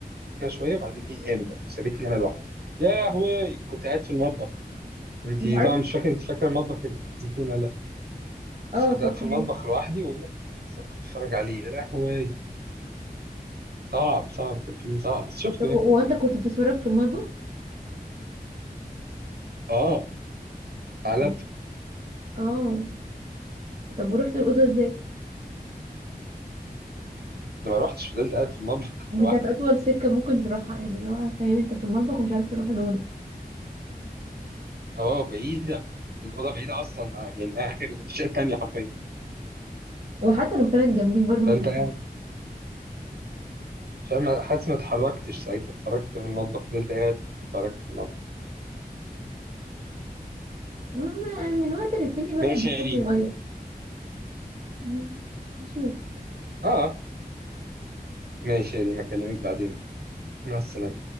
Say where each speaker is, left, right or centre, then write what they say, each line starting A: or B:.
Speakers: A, on the right; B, on the right.
A: شويه وبعدين ايه قامت بقى سابتني انا لوحدي يا لهوي كنت قاعد في المطبخ انت
B: مش عارف
A: طبعا مش فاكر انت فاكره المطبخ الزيتون بس
B: اه
A: كنت
B: فاكره
A: قاعد في المطبخ
B: ايه.
A: لوحدي ولا كنت بتفرج عليه يا لهوي صعب صعب كان فيلم صعب بس شفته
B: طب هو
A: يعني
B: انت كنت بتتفرج في المطبخ
A: اه قلبت
B: طب اه طب ورحت الاوضه ازاي
A: لما روحتش فضلت قاعد في المطبخ <laughs>
B: دي
A: لوحدي
B: كانت اطول سكه ممكن تروحها يعني لو فاهم انت في المطبخ ومش عارف تروح الاوضه
A: اه بعيده الاوضه بعيده اصلا آه، يعني اخر في الشقه التانيه حرفيا
B: وحتى لو كانت جنبيك برضو
A: فانت
B: مش هتعرف
A: قاعد مش عارف- حاسس ما اتحركتش ساعتها اتفرجت في المطبخ فضلت قاعد اتفرجت في المطبخ
B: ما- من وقت للتاني الواحد
A: ماشي
B: بيحب
A: يا ريما
B: يغير مم. يشوف
A: اه ماشي يا ريما اكلمك بعدين مع السلامه